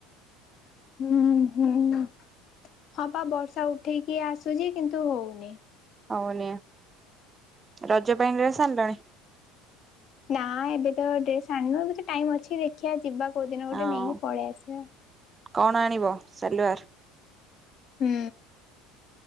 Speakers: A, on the left (about 50°); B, on the right (about 25°).
A: ହୁଁ-ହୁଁ। ହଁ ବା ବର୍ଷା ଉଠେଇକି ଆସୁଛି କିନ୍ତୁ ହଉନି।
B: ହଉନି ରଜ ପାଇଁ ଡ୍ରେସ ଆଣିଲଣି।
A: ନା ଏବେ ତ ଡ୍ରେସ ଆଣନୁ ଏବେ ତ ଟାଇମ ଅଛି ଦେଖିବା ଯିବା କୋଉ ଦିନ ଗୋଟେ
B: ହଁ
A: ନେଇକି ପଳେଇ ଆସିବା।
B: କଣ ଆଣିବ ସାଲୱାର।
A: ହୁଁ।